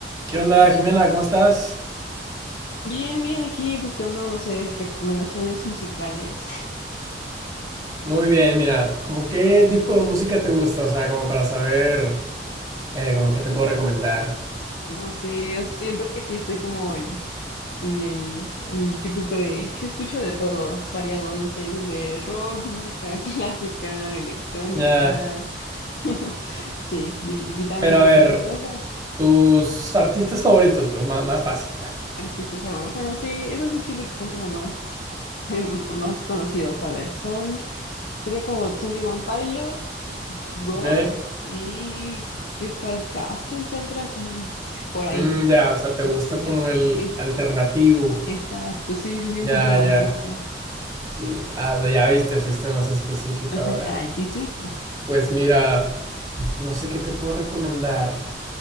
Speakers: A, on the right; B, on the left.
A: ¿Qué onda, Jimena? ¿Cómo estás?
B: Bien, bien, aquí buscando, no sé, recomendaciones musicales.
A: Muy bien, mira, como qué tipo de música te gusta, o sea, como para saber, eh, como qué te puedo recomendar.
B: No sé, siento que sí estoy como en, en el, en el típico de, sí escucho de todo, variado, no sé, desde rock, música <laughs> clásica, electrónica,
A: Ya,
B: <laughs> sí, li- literalmente
A: pero a ver,
B: cualquier cosa.
A: tus artistas favoritos, es más, más fácil,
B: Artistas ahora. Bueno, sí, esos sí siento que son como más, <laughs> más conocidos. A ver, son, sería como Twenty One Pilots, Ghost
A: ¿ok?
B: y Crystal Castles entra como en- por ahí.
A: Mm, ya, o sea, te gusta
B: Se, se mete,
A: como el
B: sí.
A: alternativo.
B: Exacto, sí, sí, sí,
A: Ya,
B: un poco más
A: ya,
B: de eso.
A: sí. Ah, pero ya viste, fuiste más específica
B: <laughs>
A: ahora.
B: Ay, sí, sí.
A: Pues mira, no sé qué te puedo recomendar.